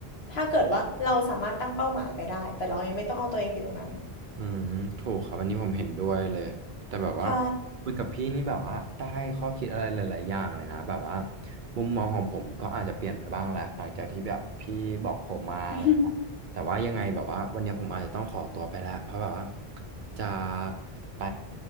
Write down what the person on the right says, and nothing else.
อืมถูกครับอันนี้ผมเห็นด้วยเลยแต่แบบว่า
คุยกับพี่นี่แบบว่าได้ข้อคิดอะไรหลายๆอย่างเลยนะแบบว่ามุมมองของผมก็อาจจะเปลี่ยนไปบ้างแหละหลังจากที่แบบพี่บอกผมมาอะไรเงี้ยแต่ว่ายังไงแบบว่าวันนี้ผมอาจจะต้องขอตัวไปแล้วเพราะแบบว่า
จะไป